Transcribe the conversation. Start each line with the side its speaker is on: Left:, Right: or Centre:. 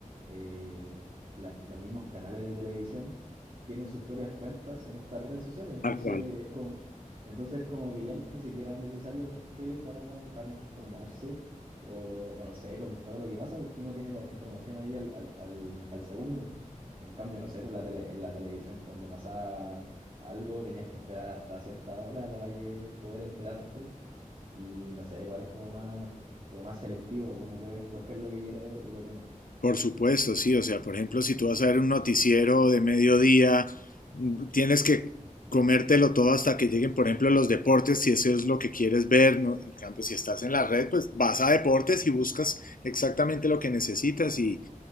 Right: eh, la- los mismos canales de televisión tienen sus propias cuentas en estas redes sociales, entonces
Left: Tal cual.
Right: es como, entonces es como que ya ni siquiera es necesario ver tele para, para informarse o, o no sé, con todo lo que pasa, porque uno tiene la información ahí al, al, al, al segundo. En cambio, no sé, pues la tele- en la televisión cuando pasaba algo, tenías que esperar hasta cierta hora para que poder enterarte. Y no sé, igual es como más, como más selectivo, uno puede escoger lo que quiere ver y lo que no.
Left: Por supuesto, sí. O sea, por ejemplo, si tú vas a ver un noticiero de mediodía, mm, tienes que comértelo todo hasta que lleguen, por ejemplo, los deportes, si eso es lo que quieres ver, ¿no? En cambio, si estás en la red, pues vas a deportes y buscas exactamente lo que necesitas y,